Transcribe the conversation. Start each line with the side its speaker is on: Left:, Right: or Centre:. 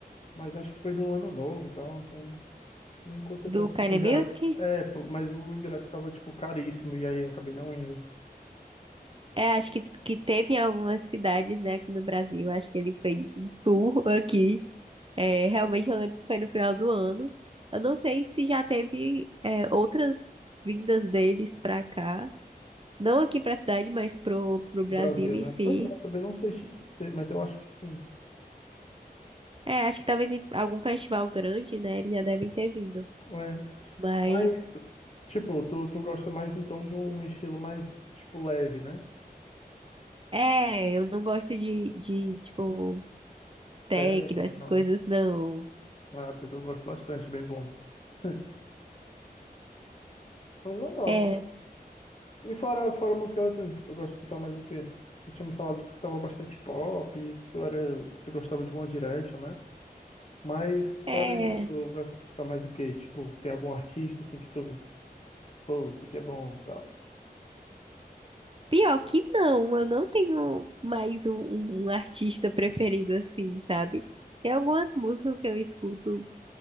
Left: mas acho que foi no ano novo e tal, então Não conta
Right: Do
Left: tanto,
Right: Kanye
Left: porque já
Right: Music?
Left: era. É, pô, mas o ingresso estava, tipo, caríssimo, e aí eu acabei não indo.
Right: É, acho que, que teve em algumas cidades, né, aqui no Brasil. Acho que ele fez um tour aqui. É, realmente eu lembro que foi no final do ano. Eu não sei se já teve, é, outras vindas deles pra cá. Não aqui pra cidade, mas pro, pro Brasil
Left: Brasil,
Right: em
Left: né?
Right: si.
Left: Pois é, eu também não sei te dizer, mas eu acho que sim.
Right: É, acho que talvez em algum festival grande, né? Eles já devem ter vindo.
Left: É.
Right: Mas,
Left: Mas, tipo, tu, tu gosta mais então de um estilo mais, tipo, leve, né?
Right: é, eu não gosto de, de tipo, techno,
Left: Técnico,
Right: essas
Left: não,
Right: coisas,
Left: né?
Right: não.
Left: Ah, pois eu gosto bastante, bem bom. <laughs> Mas legal.
Right: É,
Left: E fora, fora música eletrônica, tu gosta de escutar mais o quê? Tu tinha me falado que tu estava bastante pop, que tu era, tu gostava de One Direction, né? Mas
Right: é.
Left: fora isso, tu gosta de escutar mais o quê? Tipo, tem algum artista assim que tu, pô, esse aqui é bom, e tal.
Right: Pior que não, eu não tenho mais um, um- um artista preferido assim, sabe? Tem algumas músicas que eu escuto